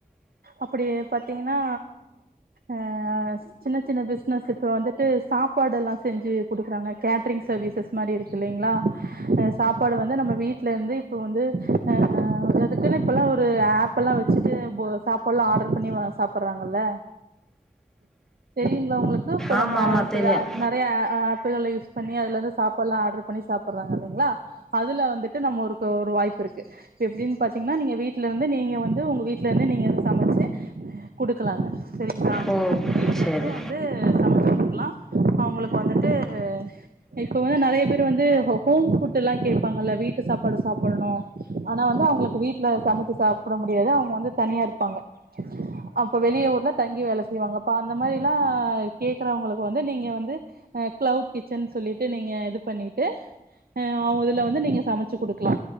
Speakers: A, on the right (about 80°); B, in the centre.
A: அப்பிடியே பாத்தீங்கன்னா அ ஸ் சின்ன சின்ன பிசினஸ் இப்ப வந்துட்டு சாப்பாடு எல்லா செஞ்சு குடுக்குறாங்க கேட்ரிங் சர்வீசஸ் மாரி இருக்கு இல்லைங்ளா? அ சாப்பாடு வந்து நம்ம வீட்லந்து இப்போ வந்து அ <unintelligible> அதுக்குனு இப்பெல்லா ஒரு ஆப்பெல்லா வெச்சுட்டு போ ஸ் சாப்பால்லா ஆட்ர் பண்ணி வா சாப்பறாங்கள்ல தெரிவிங்ளா உங்குளுக் கு இப்ப
B: ஆமாம்
A: நம்ம
B: ஆமாம்
A: செ
B: தெரியும்
A: யார் நறையா அ ஆப்பிளெல்லா யூஸ் பண்ணி அதுலந்து சாப்பாட்லா ஆட்ரு பண்ணி சாப்பட்றாங்க இல்லைங்ளா அதுல வந்துட்டு நம்ம ஒருக ஒரு வாய்ப்பு இருக்கு. இப்ப எப்டின் பாத்தீங்ன்னா நீங்க வீட்லருந்து நீங்க வந்து உங்க வீட்லந்தே நீங்க <unintelligible> சமச்சு குடுக்கலாங்க செரிங்ளா
B: ஓ
A: வீட்லருந்தே
B: சரி
A: வந்து ட்டு சமச்சு குடுக்கலா அவுங்களுக்கு வந்துட்டு அ இப்ப வந்து நெறைய பேரு வந்து ஹொ ஹோம் ஃபுட்டெல்லா கேப்பாங்கல்ல வீட்டு சாப்பாட சாப்படணு ஆனா வந்து அவுங்களுக்கு வீட்ல சமச்சு சாப்ட முடியாது அவுங்க வந்து தனியாருப்பாங்க. அப்ப வெளிய ஊர்ல தங்கி வேல செய்வாங்க அப்ப அந்த மாரில்லா கேக்கறவங்களுக்கு வந்து நீங்க வந்து அ கிளவுட் கிச்சன் சொல்லிட்டு நீங்க இது பண்ணிட்டு அ அவுங் இதுல வந்து நீங்க சமச்சு குடுக்கலா